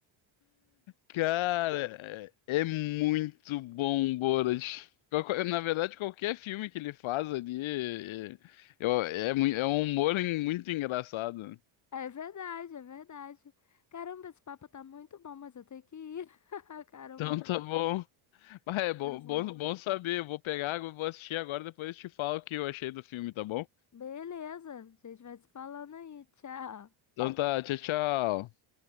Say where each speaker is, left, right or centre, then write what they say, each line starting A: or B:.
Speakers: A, on the left; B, on the left.
A: Cara, é é muito bom, Borat. Qual- qual- Na verdade, qualquer filme que ele faz ali é, é- eu- é mui- é um humor en- muito engraçado.
B: É verdade, é verdade. Caramba, esse papo tá muito bom, mas eu tenho que ir. <laughs> Caramba,
A: Então tá bom. <laughs> Mas é bom,
B: tá
A: bom,
B: bom.
A: bom saber. Eu vou pegar, eu vou assistir agora, depois eu te falo o que eu achei do filme, tá bom?
B: Beleza, a gente vai se falando aí. Tchau.
A: Então tá, tchau, tchau.